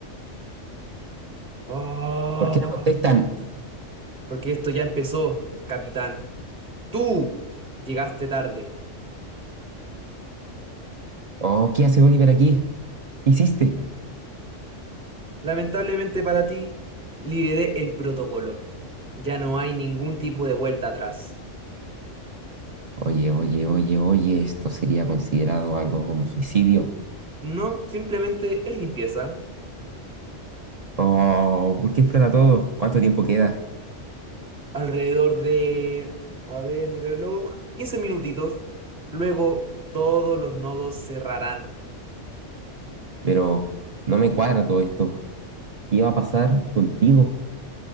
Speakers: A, on the right; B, on the right.
A: Ah,
B: ¿Por qué no contestan?
A: Porque esto ya empezó, capitán. Tú llegaste tarde.
B: Oh, ¿qué hace Oliver aquí? ¿Qué hiciste?
A: Lamentablemente para ti, liberé el protocolo. Ya no hay ningún tipo de vuelta atrás.
B: Oye, oye, oye, oye, esto sería considerado algo como suicidio.
A: No, simplemente es limpieza.
B: Oh, ¿por qué explota todo? ¿Cuánto tiempo queda?
A: alrededor de, a ver, mi reloj, 15 minutitos. Luego todos los nodos cerrarán.
B: Pero no me cuadra todo esto. ¿Qué va a pasar contigo?